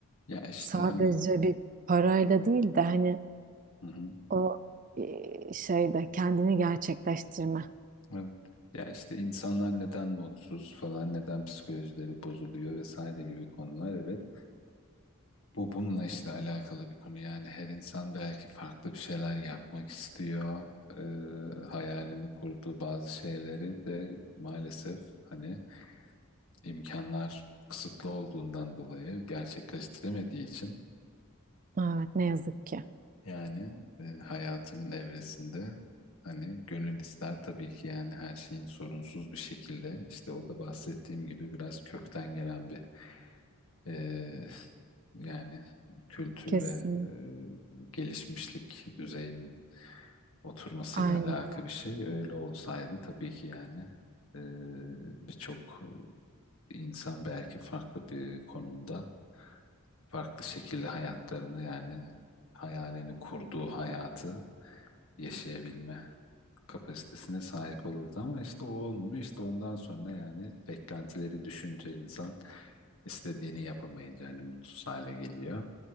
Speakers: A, on the left (about 70°); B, on the right (about 35°).
A: Ya işte
B: Sadece
A: hani
B: bir parayla değil de hani
A: hı hı.
B: o e, şeyde kendini gerçekleştirme.
A: Evet. Ya işte insanlar neden mutsuz falan, neden psikolojileri bozuluyor vesaire gibi konular evet. Bu bununla işte alakalı bir konu yani her insan belki farklı bir şeyler yapmak istiyor. Ee, hayalini kurduğu bazı şeyleri de maalesef hani imkanlar kısıtlı olduğundan dolayı gerçekleştiremediği için
B: Evet ne yazık ki.
A: Yani e, hayatının evresinde hani gönül ister tabii ki yani her şeyin sorunsuz bir şekilde işte o da bahsettiğim gibi biraz kökten gelen bir e, yani kültür
B: Kesin.
A: ve e, gelişmişlik düzeyinin oturmasıyla
B: Aynen.
A: alakalı bir şey. Öyle olsaydı tabii ki yani e, birçok İnsan belki farklı bir konumda farklı şekilde hayatlarını yani hayalini kurduğu hayatı yaşayabilme kapasitesine sahip olurdu ama işte o olmuyor İşte ondan sonra yani beklentileri düşünce insan istediğini yapamayınca hani mutsuz hale geliyor.